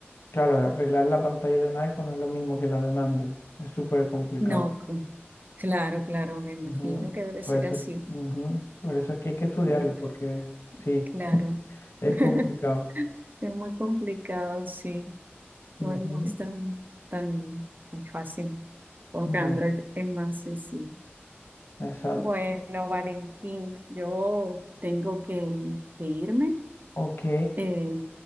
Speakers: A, on the left; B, on the right.
A: Claro, arreglar la pantalla de un iPhone no es lo mismo que la de un Android. Es súper complicado.
B: No, con- claro, claro, me imagino
A: Ujú,
B: que debe ser
A: Por eso,
B: así.
A: ujú, Por eso es que hay que estudiarlo,
B: Uf,
A: porque sí,
B: claro.
A: es
B: <laughs>
A: complicado.
B: Es muy complicado, sí.
A: Ujú,
B: No, no es tan, tan tan fácil. Con
A: No,
B: Android es más sencillo.
A: exacto.
B: Bueno, Valentín, yo tengo que, que irme.
A: Ok,
B: Eh,